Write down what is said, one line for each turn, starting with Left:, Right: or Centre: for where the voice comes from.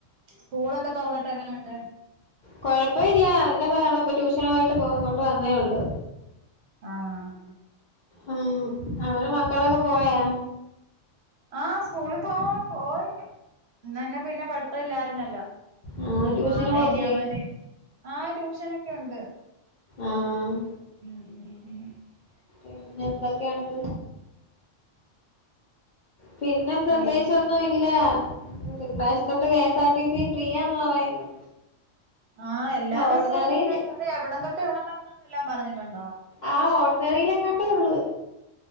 Right: സ്കൂളൊക്കെ തൊറന്നിട്ട് എങ്ങനുണ്ട്
Left: കൊഴപ്പ ഇല്ല അതിന്റെ ബഹള ഇപ്പ ട്യൂഷനു പോയിട്ട് ഇങ്ങോട്ട് വന്നേ ഒള്ളൂ
Right: ആഹ്
Left: ഉം അവടെ മക്കളൊക്കെ പോയാ
Right: ആഹ സ്കൂള് പോവ പോയി ഇന്ന ന്ന പിന്നെ പഠിത്തം ഇല്ലായിരുന്നല്ലോ
Left: ആഹ്
Right: ഉം
Left: ട്യൂഷന്
Right: നാളെ
Left: പോവത്തില്ലേ
Right: ഇനി അവധി ആഹ ട്യൂഷനൊക്കെ ഒണ്ട്
Left: ആഹ്
Right: <inaudible>
Left: ഉം പിന്നെ എന്തൊക്കെയുണ്ട് പിന്നെ പ്രത്യേകിച്ച്
Right: ഏഹ്
Left: ഒ ന്നുല്ല തിങ്കളാഴ്ചത്തൊട്ട് കെഎസ് ആർ ടി സി ഫ്രീയാന്ന് പറയുന്നു
Right: ആഹ് എല്ലാ
Left: ഓർഡിനറിയില്
Right: ബസ്സൊന്നും ഇല്ലന്നെ അത് എവിടം തൊട്ട് എവിടം വരണ വല്ലാം പറഞ്ഞിട്ടുണ്ടോ
Left: ആഹ ഓർഡിനറിലെങ്ങാണ്ടേ ഉള്ളു